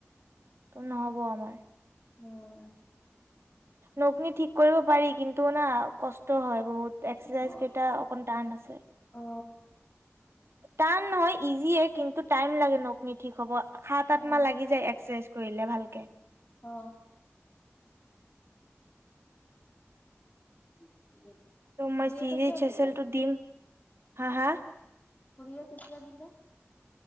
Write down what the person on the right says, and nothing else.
ত, নহ'ব আমাৰ।
নকনি ঠিক কৰিব পাৰি, কিন্তু মানে কষ্ট হয় বহুত। এক্সাৰচাইজ
কেইটা, অকণ টান আছে।
টান নহয় ইজিয়ে কিন্তু টাইম লাগে, নখনি ঠিক হ'ব সাত আঠ
মাহ লাগি যায় এক এক্সাৰচাইজ কৰিলে ভালকে।
ত,
মই, চি,
এইচ,
এছ, এলটো দিম হা, হা,